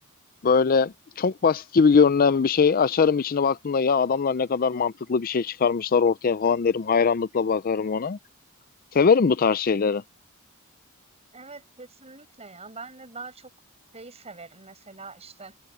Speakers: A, on the left; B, on the right.
A: böyle çok basit gibi görünen bir şey açarım içine baktığımda ya adamlar ne kadar mantıklı bir şey çıkarmışlar ortaya falan derim. Hayranlıkla bakarım ona. Severim bu tarz şeyleri.
B: Evet, kesinlikle ya. Ben de daha çok şeyi severim. Mesela işte